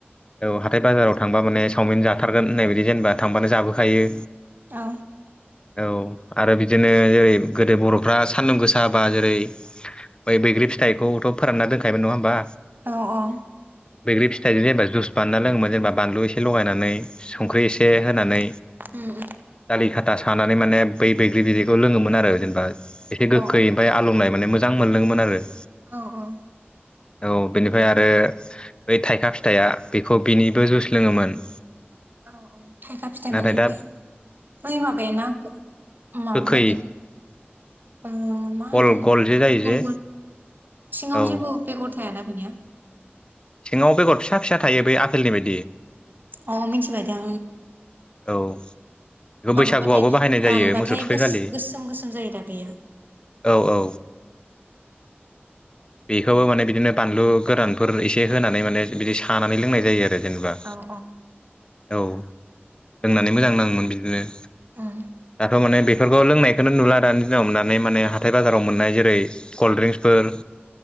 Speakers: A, on the left (about 25°); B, on the right (about 50°).
A: औ हाथाय बाजारावहाय थांबा माने चावमिन जाथारगोन होननाय बायदि जेनेबा थांबानो जाबोखायो
B: औ
A: औ आरो बिदिनो जेरै गोदो बरफ्रा सान्दुं गोसा बा जेरै बै बैग्रि फिथाइखौथ फोरानना दोनखायोन नङा होनोमबा
B: औ औ
A: बैग्रि फिथाइजों जेनबा जुस बना लोङोमोन जेनेबा बानलु एसे लगायनानै संख्रै
B: उम
A: एसे होनानै
B: उम
A: दालि खाला सा होनानै माने बै बैग्रि बिदैखौ लोङो मोन आरो माने एसे गोखै्
B: औ
A: आरो आलौनाय माने मोजां मोनलदोंमोन आरो
B: औ औ
A: औ बेनिफ्राय आरो बै थाइखा फिथाइया बेखौ बिनिबो जुइस लोङोमोन
B: औ औ थाइखाा फिथाइ
A: नाथाय
B: मोनैसै
A: दा
B: बै माबायनाा मदि
A: गोखै
B: म होन
A: गल
B: ग
A: गल जे जायो जे
B: ग नाव
A: औ
B: जेबो बेगर थायाना बिनिया
A: सिङाव बेगर फिसा फिसा थायो बै आफेलनि बायदि
B: अ मिथिबायदि
A: औ बेखौ
B: माबाबाथाय
A: बैसागुआवबो बाहायनाय
B: रानबाथाय
A: जायो मोसौ थुखैखालि
B: गोसोम गोसोम जायो दा बेयो उ
A: औ औ बेखौबो माने बिदिनो बानलु गोरानफोर एसे होनानै माने बिदि सानानै लोंनाय जायो आरो जेनेबा
B: औ औ
A: औ रोंनानै मोजां नाङोमोन बिदिनो
B: औ
A: थ' माने बेफोरखौ लोंनायखौनो नुला दानि दिनाव मोननानै माने हाथाय बाजाराव मोन्नाय जेरै कल्ड ड्रिंक्सफोर